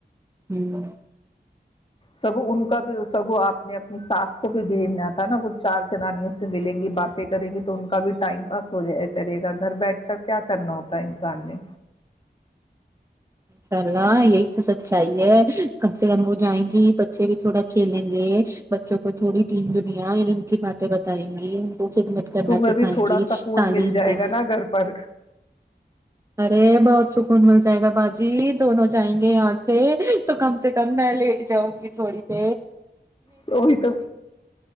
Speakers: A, on the right (about 15°); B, on the left (about 30°).
A: ہوں
B: سگو ان کا بھی سگو آپ نے اپنی ساس کو بھی بھیجنا تھا نا وہ چار جنانیوں سے ملیں گی باتیں کریں گی تو ان کا بھی ٹائم پاس ہو جائے کرے گا گھر بیٹھ کر کیا کرنا ہوتا ہے انسان نے
A: سر ہاں یہی تو سچائی ہے کم سے کم وہ جائیں گی بچے بھی تھوڑا کھیلیں گے بچوں کو تھوڑی دین دنیا ان کی باتیں بتائیں گی خدمت کرنا
B: تمہیں
A: سکھائیں
B: بھی تھوڑا
A: گی
B: سکون
A: تعلیم
B: مل جائے
A: کے
B: گا
A: لیے
B: نا گھر پر
A: ارے بہت سکون مل جائے گا جی دونوں جائیں گے آ سے تو کم سے کم میں لیٹ جاؤں گی تھوڑی پ
B: وہی تو